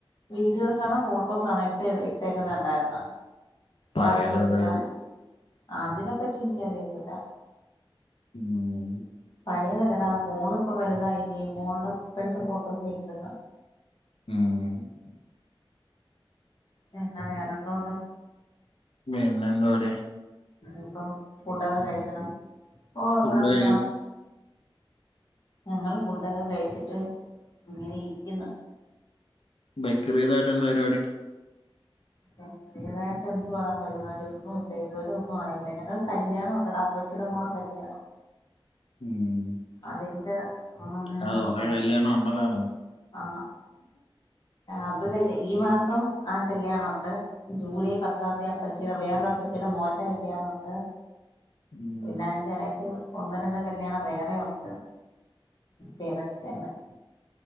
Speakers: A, on the left (about 50°); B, on the left (about 75°).
A: വീഡിയോസ് ആണോ ഫോട്ടോസ ആണോ ഇട്ട് ഇട്ടേക്കുന്നുണ്ടായിരുന്നോ
B: പഴയതല്ല
A: വാട്സാപ്പിലാണ്ട
B: ഒരു
A: അതിനെപ്പറ്റി എനിക്കറിയത്തില്ല
B: ഉം
A: പഴേതല്ലടാ മോൾപ്പം വലുതായില്ലേ മോളുടെ ഇപ്പോഴത്തെ ഫോട്ടോസ്സ് ഒക്കെ ഇട്ടിരുന്ന
B: ഉം
A: പിന്നെ വേറെന്തോണ്ട്
B: പിന്നെന്ത എവടെ
A: ഇപ്പം ഫുഡൊക്കെ കഴിക്കണം ഓ എവിടെ
B: ഫുഡ്
A: എന്തവാ
B: കഴിക്കണം
A: ഞങ്ങള് ഫുഡൊക്കെ കഴിച്ചിട്ട് ഇങ്ങനെ ഇരിക്കുന്നു
B: ബക്രിതായിട്ട് എന്താ പരിപാടി
A: ആഹ എന്തുവാഡാ പരിപാടി ഒന്നുമില്ല ഇതുവരെ ഒന്നും ആയില്ല ഞങ്ങൾ കല്യാണം ഉണ്ടടാ അപച്ചിയുടെ മോളുടെ കല്യാണം
B: ഉം.
A: അതിന്റെ അങ്ങനെ
B: ആ
A: അത
B: <unintelligible>
A: ആ അത് അല്ലെ ഈ മാസം ആ കല്യാണുണ്ട് ജൂലൈ പത്താം തീയതി അപ്പച്ചിയുടെ വേറൊരു അപ്പച്ചിയുടെ മോന്റെ കല്യാണ ഉണ്ട്
B: ഉം,
A: പിന്നാ അതിന്റെ ഇടക്ക് ഒന്ന് രണ്ട് കല്യാണം വേറെ ഉണ്ട് തെരെക്കെന്നെ